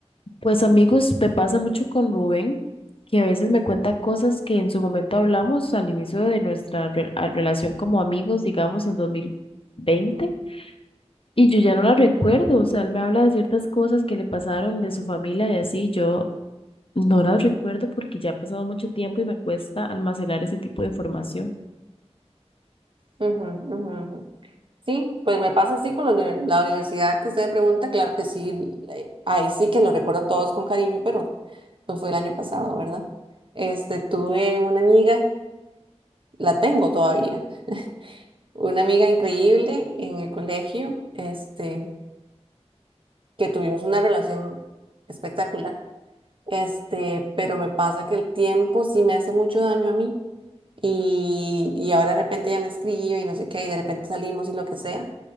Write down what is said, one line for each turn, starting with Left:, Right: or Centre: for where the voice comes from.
Left: pues amigos, me pasa mucho con Rubén, que a veces me cuenta cosas que en su momento hablamos al inicio de nuestra re- a- relación como amigos, digamos en dos mil veinte y yo ya no la recuerdo. O sea, él me habla de ciertas cosas que le pasaron de su familia y así, yo No las recuerdo porque ya ha pasado mucho tiempo y me cuesta almacenar ese tipo de información.
Right: Ujú, ujú, ujú. Sí, pues me pasa así con los de la universidad que usted me pregunta, claro que sí, eh, ahí sí que lo recuerdo a todos con cariño, pero no fue el año pasado, ¿verdad? Este, tuve una amiga, la tengo todavía, una amiga increíble en el colegio, este, que tuvimos una relación espectacular, este, pero me pasa que el tiempo sí me hace mucho daño a mí y, y ahora de repente ya me escribe y no sé qué, y de repente salimos y lo que sea.